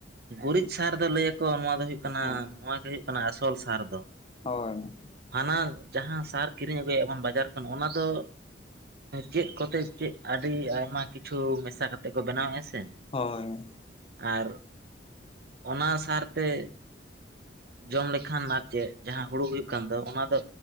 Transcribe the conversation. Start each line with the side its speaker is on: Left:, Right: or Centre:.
Right: ᱜᱩᱨᱤᱡ ᱥᱟᱨ ᱫᱚ ᱞᱟᱹᱭ ᱟᱠᱚ ᱱᱚᱣᱟ ᱫᱚ ᱦᱩᱭᱩᱜ ᱠᱟᱱᱟ
Left: ᱦᱮᱸ
Right: ᱱᱚᱣᱟ ᱜᱮ ᱦᱩᱭᱩᱜ ᱠᱟᱱᱟ ᱚᱱᱟ ᱟᱥᱚᱞ ᱥᱟᱨ ᱫᱚ
Left: ᱦᱳᱭ
Right: ᱦᱟᱱᱟ ᱡᱟᱦᱟᱸ ᱥᱟᱨ ᱠᱤᱨᱤᱧ ᱟᱹᱜᱩᱭᱮᱫ ᱵᱚᱱ ᱵᱟᱡᱟᱨ ᱠᱷᱚᱱ ᱚᱱᱟ ᱫᱚ ᱪᱮᱫ ᱠᱚᱛᱮ ᱪᱮᱫ ᱟᱹᱰᱤ ᱟᱭᱢᱟ ᱠᱤᱪᱷᱩ ᱢᱮᱥᱟ ᱠᱟᱛᱮᱫ ᱠᱚ ᱵᱮᱱᱟᱣᱮᱫᱼᱟ ᱥᱮ᱾
Left: ᱦᱳᱭ
Right: ᱟᱨ ᱚᱱᱟ ᱥᱟᱨᱛᱮ ᱡᱚᱢ ᱞᱮᱠᱷᱟᱱ ᱟᱨ ᱪᱮᱫ ᱡᱟᱦᱟᱸ ᱦᱩᱲᱩ ᱦᱩᱭᱩᱜ ᱠᱟᱱ ᱫᱚ ᱚᱱᱟ ᱫᱚ